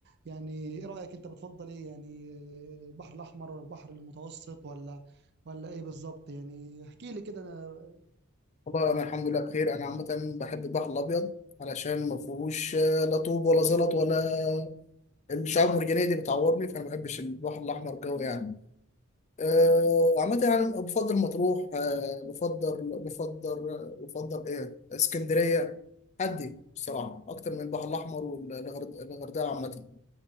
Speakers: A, on the right; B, on the left.
A: يعني ايه رأيك انت بتفضل ايه يعني البحر الاحمر ولا البحر المتوسط ولا ولا ايه بالظبط يعني احكي لي كده انا
B: والله انا الحمد لله بخير انا عامه بحب البحر الابيض علشان ما فيهوش آه، لا طوب ولا زلط ولا الشعاب المرجانيه دي بتعورني فانا ما بحبش البحر الاحمر جو يعني آه، عامه يعني بفضل مطروح آه، بفضل بفضل آه، بفضل ايه اسكندريه هدي بصراحه اكتر من البحر الاحمر والغردقه عامه